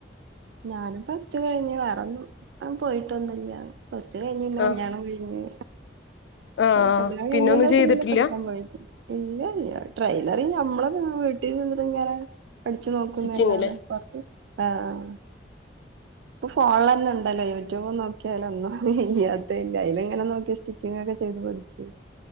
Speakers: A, on the right; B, on the left.
A: ഞാനും പ്ലസ് ടു കഴിഞ്ഞു വേറൊന്നും അ പോയിട്ടൊന്നില്ല പ്ലസ് ടു കഴിഞ്ഞു പിന്നെ
B: ആഹ്
A: കല്യാണവും കഴിഞ്ഞു
B: ആഹ്
A: ഏയ് കല്യാണം
B: പിന്നെ
A: കഴിഞ്ഞയിന്
B: ഒന്നും
A: ശേഷം
B: ചെയ്തിട്ടില്ല
A: പിന്നെ പഠിക്കാൻ പോയിട്ടില്ല ഇല്ല ഇല്ല ട്രെയിലറി ഞമ്മളെ വീട്ടിയിരുന്ന് ഇങ്ങനെ അടിച്ചു നോക്കുന്നല്ലാതെ
B: സ്റ്റിച്ചിങ്ങില്
A: പുറത്ത് ആഹ് ആഹ് ഇപ്പൊ ഫോണല്ലെ ഇണ്ടല്ലോ യുറ്റുബും നോക്കിയാല ഒന്നും ഇല്ലാത്തതില്ല അതിലങ്ങനെ നോക്കിയ നേക്കികാണ്ട് ചെയ്തു പഠിച്ചു.